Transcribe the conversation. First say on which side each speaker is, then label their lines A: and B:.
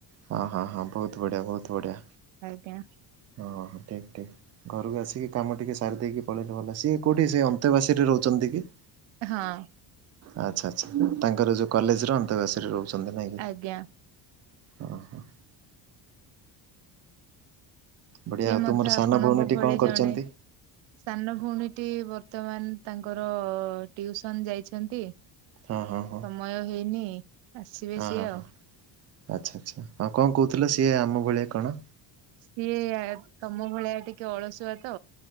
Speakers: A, on the right; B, on the right.
A: ହଁ ହଁ ହଁ ବହୁତ ବଢ଼ିଆ ବହୁତ ବଢିଆ।
B: ଆଜ୍ଞା।
A: ହଁ ହଁ ଠିକ୍ ଠିକ୍ ଘରକୁ ଆସିକି କାମ ଟିକିେ ସାରି ଦେଇେଇକି ପଳେଇଲେ ଭଲ ସିଏ କୋଉଠି ସେ ଅନ୍ତେବାସୀରେ ରହୁଛନ୍ତି କି?
B: ହଁ।
A: ଆଚ୍ଛା ଆଛା ତାଙ୍କର ଯୋଉ କଲେଜ ର ଅନ୍ତବାସରେ ରହୁଛନ୍ତି ନାଇଁ କି?
B: ଜ୍ଞା
A: ହଁ ହଁ। ବଢ଼ିଆ
B: ସେ
A: ଆଉ
B: ମଧ୍ୟ
A: ତୁମର
B: ଆପଣଙ୍କ
A: ସାନ ଭଉଣୀଟି
B: ଭଳି
A: କଣ କରିଛନ୍ତି?
B: ଜଣେ। ସାନ ଭଉଣୀଟି ବର୍ତ୍ତମାନ ତାଙ୍କର ଟିଉସନ ଯାଇଛନ୍ତି
A: ହଁ ହଁ ହଁ।
B: ମୟ ହେଇନି ଆସିବେ
A: ହଁ
B: ସିଏ
A: ହଁ
B: ଆଉ।
A: ହଁ ଆଚ୍ଛା ଆଚ୍ଛା ହଁ କଣ କହୁଥିଲ ସିଏ ଆମ ଭଳିଆ କଣ?
B: ସିଏ ତମ ଭଳିଆ ଟିକେ ଅଳସୁଆ ତ